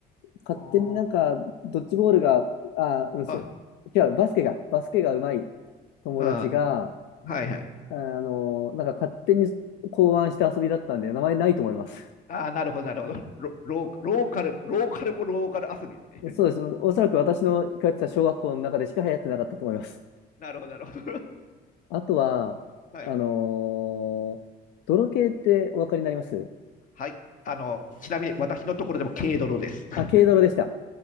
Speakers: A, on the left; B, on the left.
A: 勝手になんか、
B: あー
A: ドッジボールが、あ、うん、そう、
B: あ、
A: 違う、バスケが、バスケがうまい友達が、
B: うん。はいはい。
A: あの、なんか勝手に考案した遊びだったんで、名前ないと思います。
B: ああ、なるほど、なるほど。ロローローカルも、ローカルもローカル遊びですね。
A: そうです。おそらく私の通ってた小学校の中でしか流行ってなかったと思います。
B: なるほど、なるほど。
A: あとは、
B: <laughs> はい。
A: あのー泥系ってお分かりになります
B: はい。あの、ちなみに私のところでも軽泥です。<laughs>
A: あ、軽泥でした。